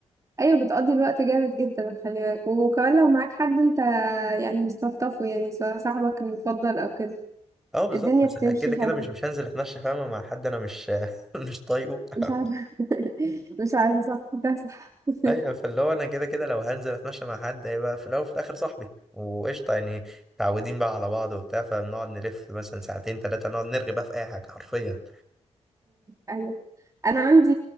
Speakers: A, on the right; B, in the centre.
A: ايوه بتقضي الوقت جامد جدا خلي بالك وكمان لو معاك حد انت يعني مستلطفه يعني سواء صاحبك المفضل او كده
B: اه بالظبط
A: الدنيا
B: بس
A: بتمشي
B: يعني كده كده
A: حلو
B: مش مش هنزل اتمشى فاهمة مع حد انا مش <laughs> مش طايقه <laughs>
A: مش عارفه <laughs> مش عارفه صح ده صح <laughs>
B: ايوه فاللي هو انا كده كده لو هنزل اتمشى مع حد هيبقى في الاول وفي الاخر صاحبي وقشطة يعني متعودين بقى على بعض وبتاع فبنقعد نلف مثلا ساعتين ثلاثة نقعد نرغي بقى في اي حاجة حرفيا
A: ايوه انا عندي